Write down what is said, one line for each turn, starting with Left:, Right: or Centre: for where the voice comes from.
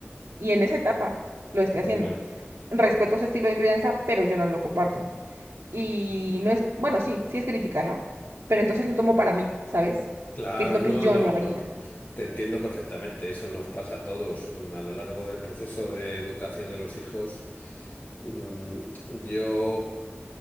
Right: y en esa etapa lo esté
Left: ya.
Right: haciendo. Respeto su estilo de crianza, pero yo no lo comparto. Y no es, bueno, sí, sí es crítica, ¿no? Pero entonces lo tomo para mí, ¿sabes?
Left: Claro,
Right: Que es lo
Left: no,
Right: que yo
Left: no,
Right: no haría.
Left: no. Te
Right: <laughs>
Left: te entiendo perfectamente. Eso nos pasa a todos mm, a lo largo del proceso de educación de los hijos. Mm, Yo